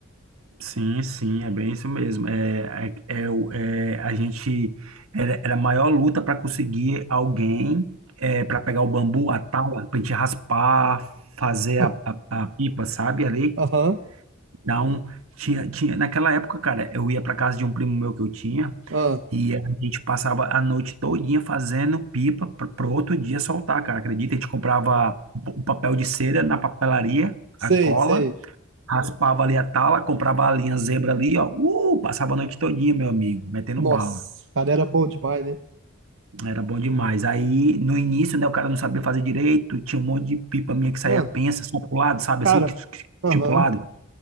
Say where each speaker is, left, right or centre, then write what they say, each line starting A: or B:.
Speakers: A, on the right (about 80°); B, on the right (about 60°).
A: sim, sim, é bem isso mesmo. É, é, é, o- é, a gente era, era a maior luta para conseguir alguém é, para pegar o bambu, a tala, para a gente raspar, fazer
B: Ah.
A: a, a, a pipa, sabe? Ali.
B: Aham,
A: Então, tinha, tinha, naquela época, cara, eu ia para casa de um primo meu que eu tinha
B: ah,
A: e a gente passava a noite todinha fazendo pipa para outro dia soltar, cara. Acredita? A gente comprava o papel de cera na papelaria,
B: sei,
A: a cola.
B: sei.
A: Raspava ali a tala, comprava a linha zebra ali, ó. Uh, passava a noite todinha, meu amigo, metendo
B: Nossa,
A: bala.
B: cara, era bom demais, né?
A: Era bom demais. Aí, no início, né, o cara não sabia fazer direito, tinha um monte de pipa minha que saía
B: Não,
A: pensa, só pro lado, sabe
B: cara,
A: assim, que- que-
B: aham,
A: tipo pro lado.